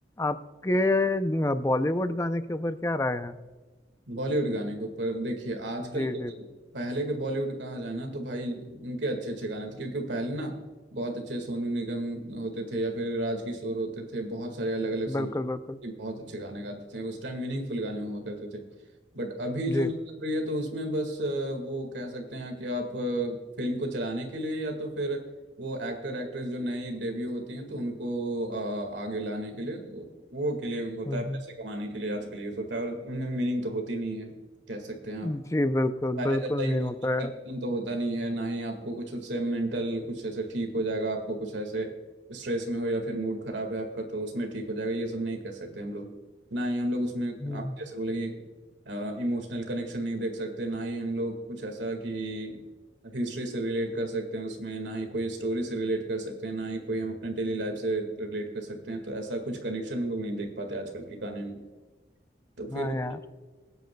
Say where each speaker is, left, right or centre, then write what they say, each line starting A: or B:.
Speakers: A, on the left (about 15°); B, on the right (about 85°).
A: आपके बॉलीवुड गाने के ऊपर क्या राय है
B: बॉलीवुड गाने के ऊपर देखिए आजकल
A: जी
B: के
A: जी
B: पहले के बॉलीवुड कहा जाए ना तो भाई उनके अच्छे अच्छे गाने थे क्योंकि पहले ना बहुत अच्छे सोनू निगम होते थे या फिर राजकिशोर होते थे बहुत सारे अलग अलग सिंगर
A: बिल्कुल बिल्कुल
B: के बहुत अच्छे गाने गाते थे उस टाइम मीनिंगफुल गाने हुआ करते थे बट अभी
A: जी
B: जो निकल रही है तो उसमें बस अ, वो कह सकते हैं कि आप फिल्म को चलाने के लिए या तो फिर वो एक्टर एक्ट्रेस जो नई डेब्यू होती हैं तो उनको अ, आगे लाने के लिए वो वो के लिए होता
A: हम्म
B: है पैसे
A: हम्म।
B: कमाने के लिए आजकल यूज होता है और उनमें मीनिंग तो होती नहीं है कह सकते हैं आप
A: जी बिल्कुल
B: पहले
A: बिल्कुल
B: जैसा इमोशनल
A: नहीं होता यार
B: कनेक्शन तो होता नहीं है ना ही आपको कुछ उससे मेंटल कुछ ऐसे ठीक हो जाएगा आपको कुछ ऐसे स्ट्रेस में हो या फिर मूड खराब है आपका तो उसमें ठीक हो जाएगा ये सब नहीं कह सकते हम लोग ना ही हम लोग उसमें
A: हम्म,
B: आप जैसे बोले कि इमोशनल कनेक्शन नहीं देख सकते ना ही हम लोग कुछ ऐसा कि हिस्ट्री से रिलेट कर सकते हैं उसमें ना ही कोई स्टोरी से रिलेट कर सकते हैं ना ही कोई हम अपने डेली लाइफ से रिलेट कर सकते हैं तो ऐसा कुछ कनेक्शन हम लोग नहीं देख पाते आजकल के गाने में तो
A: हाँ
B: फिर वो
A: यार